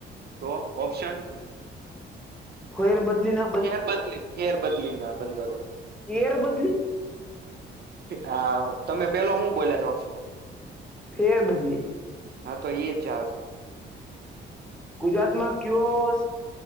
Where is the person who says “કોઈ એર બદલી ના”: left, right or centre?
Centre